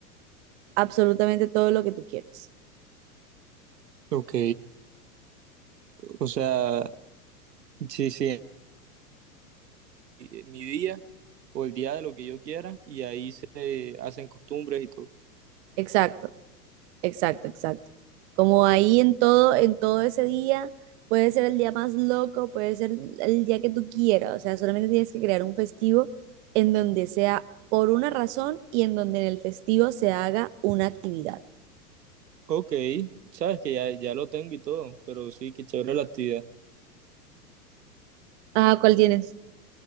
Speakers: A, on the right (about 45°); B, on the right (about 75°).
A: absolutamente todo lo que tú quieras.
B: Ok, o sea, sí, sí, mi día. o el día de lo que yo quiera y ahí se hacen costumbres y todo.
A: Exacto. Exacto, exacto. Como ahí en todo, en todo ese día, puede ser el día más loco, puede ser el día que tú quieras, o sea, solamente tienes que crear un festivo en donde sea por una razón y en donde en el festivo se haga una actividad.
B: Ok, sabes que ya, ya lo tengo y todo, pero sí, qué chévere la actividad.
A: Ah, ¿cuál tienes?